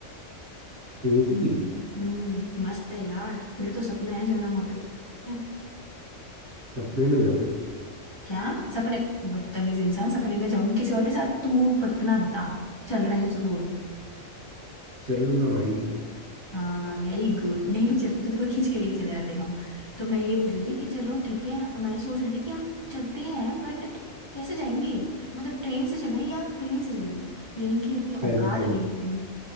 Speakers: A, on the right; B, on the left.
A: होती
B: हम्म मस्त है यार मेरे तो सपना है जाना वहां पे पता है?
A: सपने में जा फिर
B: क्या सपने बदतमीज इंसान सपने में जाऊं किसी और के साथ तू पत- अपना बता चल रहा है तो बोल
A: चल लूंगा भाई
B: हाँ वेरी गुड नहीं भी चलते तो देखो खींच के लेके चले जाते हम तो मैं ये पूछ रही थी कि चलो ठीक है मैं सोच रही थी कि हम चलते हैं बट कैसे जाएंगे मतलब ट्रेन से चलें या प्लेन से चलें प्लेन की उतनी औकात
A: पैदल पैदल
B: नहीं है मेरी